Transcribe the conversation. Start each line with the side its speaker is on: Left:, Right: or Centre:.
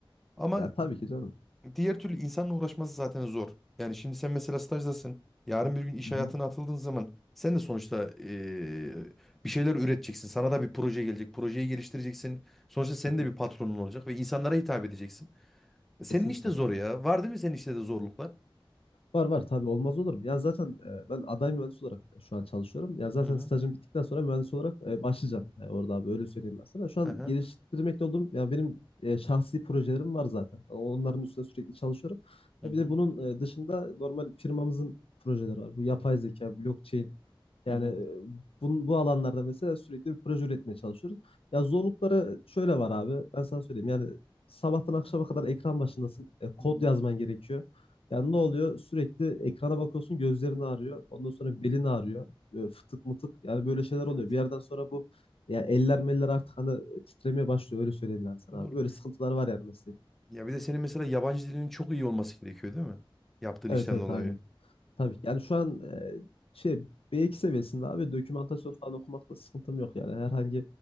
Centre: Ama
Left: ya tabii ki canım.
Centre: diğer türlü insanla uğraşması zaten zor. Yani şimdi sen mesela stajdasın. Yarın bir gün iş
Left: Hı hı.
Centre: hayatına atıldığın zaman sen de sonuçta e, bir şeyler üreteceksin. Sana da bir proje gelecek. Projeyi geliştireceksin. Sonuçta senin
Left: Hı
Centre: de
Left: hı,
Centre: bir patronun olacak ve insanlara hitap edeceksin. Senin
Left: Kesinlikle.
Centre: işte zor ya. Var değil mi senin işte de zorluklar?
Left: Var var tabii olmaz olur mu? Ya zaten e, ben aday mühendis olarak şu an çalışıyorum. Ya zaten
Centre: Hı hı.
Left: stajım bittikten sonra mühendis olarak e, başlayacağım e, orada abi öyle söyleyeyim ben sana. Şu an
Centre: Aha.
Left: geliştirmekte olduğum ya benim e, şahsi projelerim var zaten. Onların üstüne sürekli çalışıyorum.
Centre: Hı
Left: Ya
Centre: hı.
Left: bir de bunun e, dışında normal firmamızın projeleri var. Bu yapay zeka, blockchain
Centre: Hı
Left: Yani
Centre: hı.
Left: e, bu, bu alanlarda mesela sürekli bir proje üretmeye çalışıyoruz. Ya zorlukları şöyle var abi. Ben sana söyleyeyim. Yani sabahtan akşama kadar ekran başındasın. E, kod
Centre: Hı hı. hı.
Left: yazman gerekiyor. Yani ne oluyor? Sürekli ekrana bakıyorsun, gözlerin ağrıyor. Ondan sonra belin ağrıyor. E, fıtık mıtık. Yani böyle şeyler
Centre: Evet.
Left: oluyor. Bir yerden sonra bu ya eller meller artık hani titremeye başlıyor. Öyle söyleyeyim yani sana
Centre: Doğru.
Left: abi. Böyle sıkıntılar var yani mesela.
Centre: Ya bir de senin mesela yabancı dilinin çok iyi olması gerekiyor değil mi? Yaptığın
Left: Evet
Centre: işten
Left: evet
Centre: dolayı.
Left: aynen. Tabii ki. Yani şu an e, şey B2 seviyesinde abi dokümantasyon falan okumakla sıkıntım yok yani. Herhangi